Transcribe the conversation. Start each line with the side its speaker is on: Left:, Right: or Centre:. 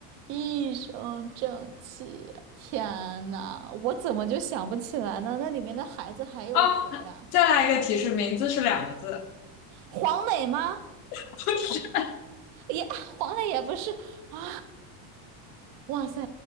Right: 一身正气。天呐，我怎么就想不起来呢？那里面的孩子还有谁呀、
Left: 哦，再来一个提示，名字是两个字，
Right: 黄磊吗？
Left: <laughs>
Right: 也黄磊也不是啊！哇塞，